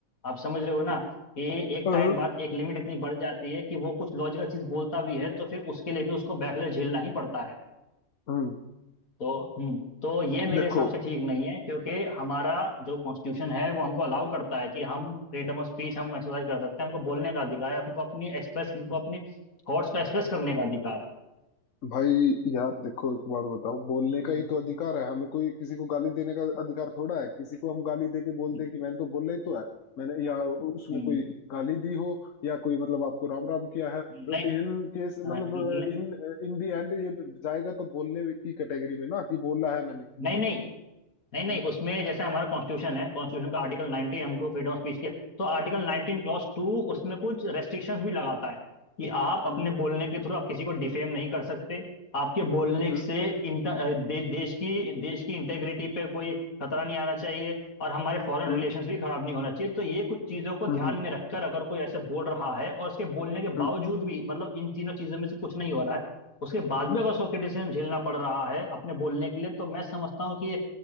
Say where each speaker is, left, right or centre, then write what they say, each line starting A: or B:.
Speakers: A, on the left; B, on the left.
A: आप समझ रहे हो ना कि एक
B: हम्म
A: टाइम बाद एक लिमिट इतनी बढ़ जाती है कि वो कुछ लॉजिकल चीज बोलता भी है तो फिर उसके लिए भी उसको बैकलैश झेलना ही पड़ता है
B: हम्म,
A: तो हम्म तो ये मेरे
B: देखो
A: हिसाब से ठीक नहीं है क्योंकि हमारा जो कॉन्स्टिट्यूशन है वो हमको अलाउ करता है कि हम फ्रीडम ऑफ स्पीच हम एक्सरसाइज कर सकते हैं हमको बोलने का अधिकार है हमको अपनी एक्सप्रेस हमको अपने थॉट्स को एक्सप्रेस करने का अधिकार है
B: भाई यार देखो एक बात बताओ बोलने का
A: हम्म,
B: ही तो अधिकार है हमें कोई किसी को गाली देने का अधिकार थोड़ा है किसी को हम गाली दे के बोल
A: हम्म,
B: दे कि मैंने तो बोला ही तो है मैंने या उसमें
A: हम्म,
B: कोई गाली दी हो या कोई मतलब आपको राम राम किया है तो
A: नहीं
B: इन केस
A: हाँ,
B: मतलब
A: न- न-
B: इन इन दी एंड ये जाएगा तो बोलने की कैटेगरी में ना कि बोला है मैंने
A: नहीं नहीं नहीं नहीं
B: हम्म
A: उसमें जैसे हमारा कॉन्स्टिट्यूशन है कॉन्स्टिट्यूशन का आर्टिकल 19 हमको फ्रीडम ऑफ स्पीच के तो आर्टिकल 19 क्लॉज टू उसमें कुछ रेस्ट्रिक्शंस भी लगाता है कि आप अपने
B: हम्म
A: बोलने के थ्रू आप किसी को डिफेम नहीं कर सकते आपके बोलने
B: हम्म
A: से इंटर अ, दे, देश की देश की इंटेग्रिटी पे कोई खतरा नहीं आना चाहिए और हमारे फॉरेन
B: हम्म
A: रिलेशंस भी खराब नहीं होना चाहिए तो ये कुछ चीज़ों को ध्यान
B: हम्म हम्म
A: में रखकर अगर कोई ऐसे बोल रहा है और उसके बोलने के
B: हम्म,
A: बावजूद भी मतलब इन तीनों चीज़ों में से कुछ नहीं हो रहा है उसके बाद
B: हम्म,
A: भी अगर उसको क्रिटिसिज्म झेलना पड़ रहा है अपने बोलने के लिए तो मैं समझता हूँ कि